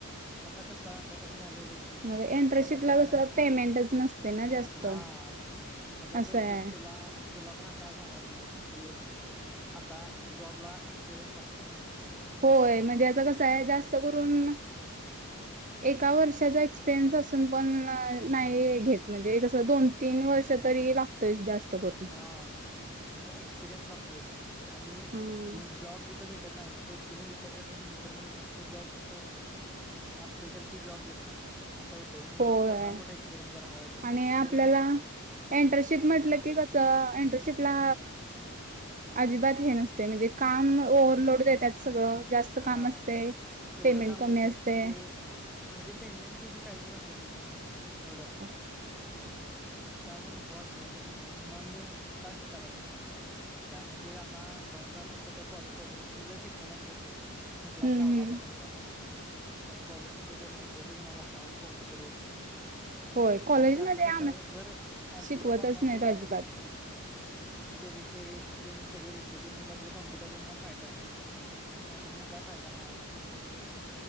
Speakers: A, in the centre; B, on the right.
A: आता कसं आता कसं झालंय बघ तुच
B: मग एंटरशिपला
A: तुला पटतंय का
B: कसं
A: नाही
B: पेमेंटच नसते ना जास्त
A: हा आता
B: असं
A: बघ
B: आहे.
A: तु तुला अस तुला पण असा झाला असेल बघ की आता जॉबला एक्सपिरियन्स लागतोय.
B: होय म्हणजे आता कसं हाय जास्त करून एका वर्षाचा एक्सपिरियन्स असून पण न्हाय न्हाय घेत म्हणजे कसं दोन तीन वर्ष तरी लागतोयच जास्त करून
A: हा मग एक्सपिरियन्स लागतोय आणि
B: हम्म
A: मग जॉब जि थ भेटत नाही तिथे एक्सपिरियनस विचारत्यात आणि नंतर मग जिथे जॉब असतोय खर ती जॉब देत नाही असं होतंय मग
B: होय
A: जॉब करणार कुठे एसपिरियन्स जर हवा आहे तर
B: आणि
A: एक्सपिरियन्स
B: आपल्याला एंटरशिप म्हटलं की कसं एंटरशिपला अजिबात हे नसते म्हणजे काम ओव्हरलोड देत्यात सगळं जास्त
A: हा
B: काम असते
A: एवढं
B: पेमेंट
A: काम
B: कमी
A: देतात
B: असते.
A: की ते म्हणजे पेमेंट तिची काहीच नसते ती पेमेंट एवढं.
B: <inaudible>
A: त्यामुळं नको वाटतंय ते करायला म मी का शिका लागलोय. कारण की आता अकाउंट काय आपण कुठं कॉ कॉलेजमध्ये जर शिकवत असले स ते मी क्लास
B: हम्म
A: लावला
B: हम्म
A: पण नसता पण कॉलेजमध्ये काही शिकवतच नाही अकाउंट कॉम्प्युटर वर
B: होय कॉलेजमध्ये
A: कारण की आता कसं
B: आम
A: हाय जर कॉम्प्युटर
B: शिकवतच
A: अकाउंट
B: नाहीत
A: येत
B: अजिबात
A: असलं डेबिट क्रेडिट तेन सगळे रेशो तेन येत असले कॉम्प्युटर मग फायदा हाय. नाहीतर मग काय फायदा न्हाय हाय.